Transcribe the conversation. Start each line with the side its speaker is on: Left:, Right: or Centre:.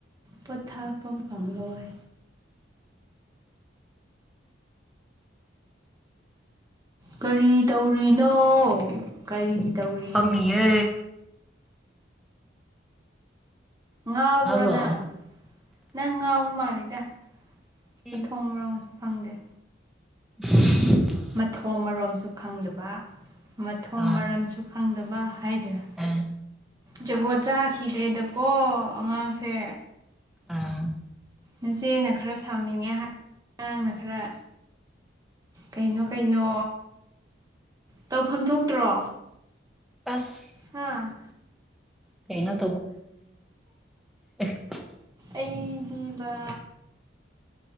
Right: ꯄꯣꯊꯥꯐꯝ ꯐꯪꯂꯣꯏ ꯀꯔꯤ ꯇꯧꯔꯤꯅꯣ ꯀꯔꯤ ꯇꯧꯔꯤꯅꯣ
Centre: ꯐꯝꯃꯤꯌꯦ
Right: ꯉꯥꯎꯕ꯭ꯔꯣ
Centre: ꯇꯥꯕ꯭ꯔꯣ
Right: ꯅꯪ ꯅꯪ ꯉꯥꯎꯕ ꯃꯥꯜꯂꯤꯗ ꯃ
Centre: ꯑꯦ
Right: ꯊꯣꯡꯕ꯭ꯔꯣ ꯐꯪꯗꯦ
Centre: <unintelligible>
Right: ꯃꯊꯣꯡ ꯃꯔꯣꯝꯁꯨ ꯈꯪꯗꯕ ꯃꯊꯣꯡ
Centre: ꯑꯥ
Right: ꯃꯔꯝꯁꯨ ꯈꯪꯗꯕ ꯍꯥꯏꯗꯔꯥ
Centre: ꯑꯥ
Right: ꯖꯒꯣꯠ ꯆꯥꯈꯤꯗ꯭ꯔꯦꯗꯀꯣ ꯑꯉꯥꯡꯁꯦ
Centre: ꯑꯥ
Right: ꯅꯆꯦꯅ ꯈꯔ ꯁꯥꯎꯅꯤꯡꯉꯦ ꯍꯥꯏ ꯑꯉꯥꯡꯅ ꯈꯔ ꯀꯩꯅꯣ ꯀꯩꯅꯣ ꯇꯧꯐꯝ ꯊꯣꯛꯇ꯭ꯔꯣ
Centre: ꯑꯁ
Right: ꯍꯥꯥ
Centre: ꯀꯩꯩꯅꫭ <unintelligible>
Right: ꯑꯩꯗꯤꯕ